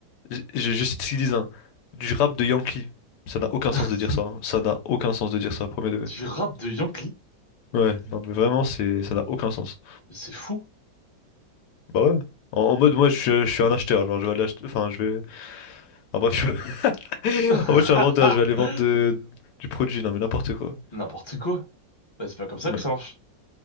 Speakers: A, on the left (about 70°); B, on the left (about 20°).
A: je, je cite ce qu'ils disent, hein, du rap de Yankee. Ça n'a aucun
B: <laughs>
A: sens de dire ça. hein. Ça n'a aucun sens de dire ça, premier degré.
B: du rap de Yankee.
A: Ouais, non, mais vraiment, c'est, ça n'a aucun sens.
B: Mais c'est fou.
A: Bah ouais. En, en mode, moi, je, je suis un acheteur. Genre, je vais aller acheter. Enfin, je vais. Ah, bref, je... <laughs> en
B: <laughs>
A: mode, je suis un vendeur. Je vais aller vendre de- du produit. Non, mais n'importe quoi.
B: N'importe quoi. Bah, c'est pas comme ça
A: Ouais.
B: que ça marche.